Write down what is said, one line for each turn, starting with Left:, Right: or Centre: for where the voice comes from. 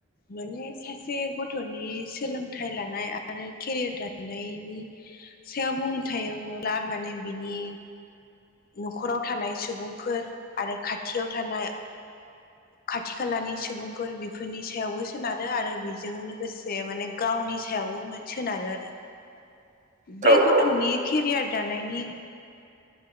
Left: जियान जाया सासे गथ'नि सोलोंथाइ लानाय आरो केरियार दानायनायनि सायाव बुंनो थायोब्ला माने बिनि न'खराव थानाय सुबुंफोर आरो खाथियाव थाना खाथि खालानि सुबुं फोर बेफोरनि सायावबो सोनारो आरो बेजों लोगोसे माने गावनि सायावबो सोनारो आरो।
Right: <inaudible>
Left: बेै
Right: औ
Left: गथ'नि
Right: औ
Left: केरियार दानायनि